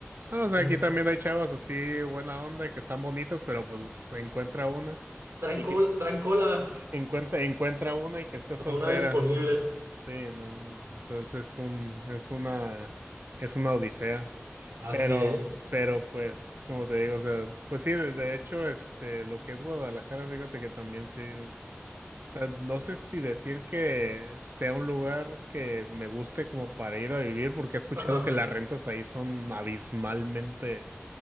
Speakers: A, on the right; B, on the right.
A: ah, o sea,
B: Ujú.
A: aquí también hay chavas así buena onda que están bonitas, pero pues encuentra una
B: Traen
A: y que
B: col- traen cola
A: encuentra, encuentra una y que esté soltera.
B: <laughs> a una disponible.
A: Sí, no, es, es- es un, es una, es una odisea.
B: Así
A: Pero,
B: es.
A: pero pues, como te digo, o sea, pues sí, de, de hecho, este, lo que es Guadalajara, fíjate que también sí. O sea, no sé si decir que sea un lugar que me guste como para ir a vivir, porque he escuchado
B: Ajá.
A: que las rentas ahí son abismalmente